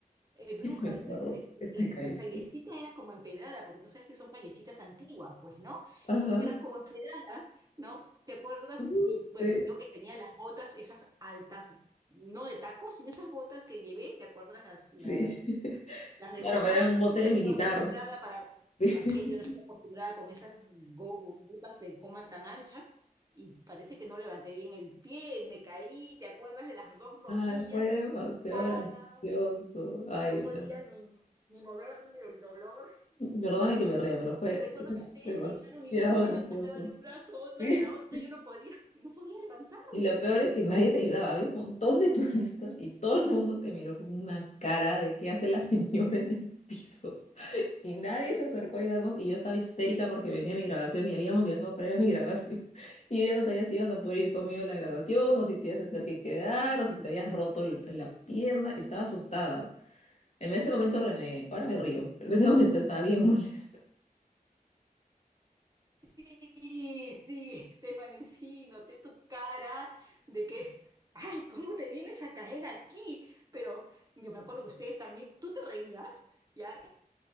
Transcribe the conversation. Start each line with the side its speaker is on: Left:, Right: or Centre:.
Right: Eh, Brujas,
Left: <laughs> Me acuerdo
Right: es- es-
Left: que te
Right: eh,
Left: caíste.
Right: las callecitas eran como empedradas, porque tú sabes que son callecitas antiguas, pues, ¿no?
Left: Ajá.
Right: So- eran como empedradas, ¿no? ¿Te acuerdas?
Left: Ujú,
Right: Y bueno,
Left: Sí,
Right: yo que tenía las botas esas altas, no de tacos, sino esas botas que llevé, ¿te acuerdas? Las, las,
Left: sí. <laughs>
Right: las de
Left: Claro,
Right: goma.
Left: pero era un bote
Right: Yo
Left: de
Right: no estaba
Left: militar.
Right: acostumbrada para,
Left: Sí.
Right: así es, yo no estoy acostumbrada con esas go- botas de goma tan anchas. Y parece que no levanté bien el pie, me caí, ¿te acuerdas de las dos rodillas?
Left: Ay, fue demasiado
Right: hinchadas?
Left: gracioso. Ay,
Right: no podía
Left: per-
Right: ni, ni moverme del dolor.
Left: perdóname que me ría, pero fue
Right: Y recuerdo que ustedes
Left: demasiado
Right: llegaron y, y una
Left: gracioso.
Right: me jalaba de un brazo, otra
Left: Sí.
Right: de la otra, y yo no podía, no podía levantarme.
Left: Y lo peor es que nadie te ayudaba. Había un montón de turistas y todo el mundo te miró con una cara de qué hace la señora en el piso. Y nadie se acercó a ayudarnos y yo estaba histérica porque venía mi grabación y habíamos viajado para ir a mi grabación. <laughs> Y yo ya no sabía si ibas a poder ir conmigo a la grabación o si te ibas a tener que quedar o si te habías roto el- la pierna. Estaba asustada. En ese momento renegué. Ahora me río, pero en ese momento estaba bien molesta.
Right: Sí, sí, Stephanie, sí, noté tu cara de que, ay, ¿cómo te vienes a caer aquí? Pero yo me acuerdo que ustedes también, tú te reías, ¿ya?